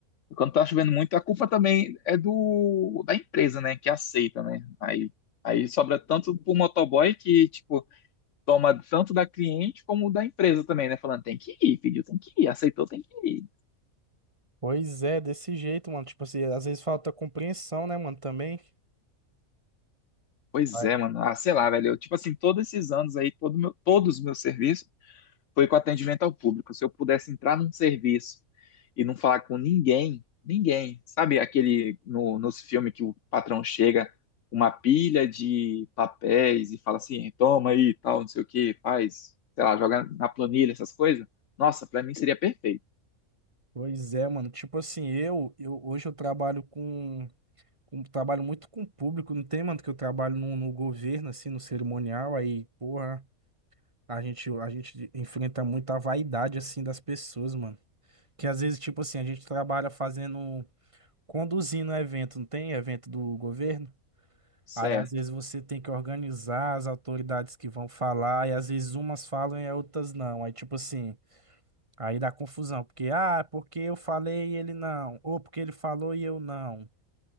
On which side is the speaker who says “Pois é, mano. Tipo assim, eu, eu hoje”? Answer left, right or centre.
Right